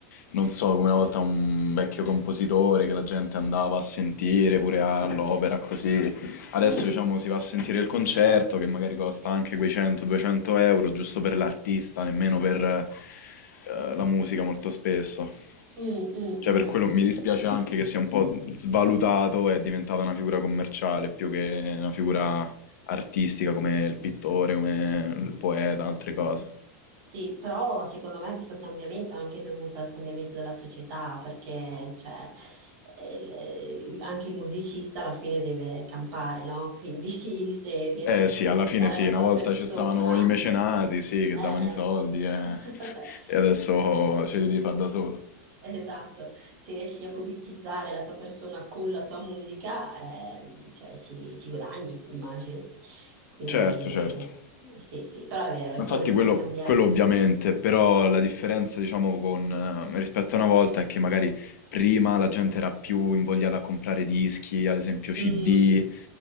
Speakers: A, on the left (about 85°); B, on the right (about 40°).
A: non so, come una volta un vecchio compositore che la gente andava a sentire pure all'opera, così. Adesso,
B: mm,
A: diciamo, si va a sentire il concerto che magari costa anche quei 100-200 euro, giusto per l'artista, nemmeno per eh, la musica molto spesso.
B: mm, mm,
A: Cioè,
B: mm.
A: per quello mi dispiace anche che sia un po' svalutato e è diventata una figura commerciale più che una figura artistica come il pittore, come il poeta, altre cose.
B: Sì, però secondo me questo cambiamento è anche dovuto al cambiamento della società, perché cioè, eh, il- anche il musicista alla fine deve campare, no? Quindi <laughs> se riesci
A: Eh
B: a pubblicizzare
A: sì, alla fine sì,
B: la
A: una
B: tua
A: volta
B: persona,
A: ci stavano i mecenati, sì, che
B: eh,
A: davano i soldi eh,
B: <laughs>
A: e adesso
B: s-
A: ce li devi fare da solo.
B: Esatto, se riesci a pubblicizzare la tua persona con la tua musica, eh, cioè, ci, ci guadagni, immagino. Quindi
A: Certo, certo.
B: sì, sì, però è vero, le
A: Ma
B: cose
A: Infatti
B: sono
A: quello,
B: cambiate.
A: quello ovviamente, però la differenza diciamo con, eh, rispetto a una volta è che magari prima la gente era più invogliata a comprare dischi, ad esempio CD,
B: Mm,